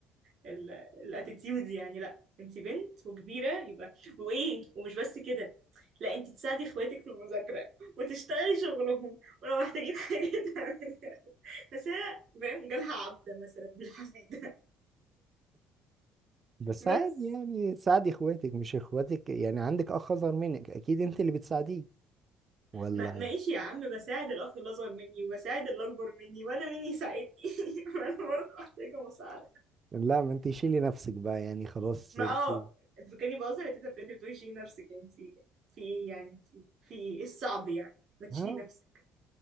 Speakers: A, on the right; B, on the right.
A: ال الاتيتيود يعني لا انت بنت وكبيره يبقى وايه ومش بس كده لا انت تساعدي اخواتك في المذاكره وتشتغلي شغلهم ولو محتاجين حاجه <laughs> تعمليها بس هي فاهم جالها عبده مثلا مش حفيده
B: بس
A: بس
B: عادي يعني ساعدي اخواتك مش اخواتك يعني عندك اخ اصغر منك اكيد انت اللي بتساعديه ولا
A: ما ماشي يا عم بساعد الاخ الاصغر مني وبساعد اللي اكبر مني وانا مين يساعدني <laughs> انا برضه محتاجه مساعده
B: لا ما انت شيلي نفسك بقى يعني خلاص
A: ما
B: انت
A: اه انت فاكرني بهزر انت بجد بتقولي شيلي نفسك انت في ايه يعني انت في ايه إيه الصعب يعني ما تشيلي
B: ها
A: نفسك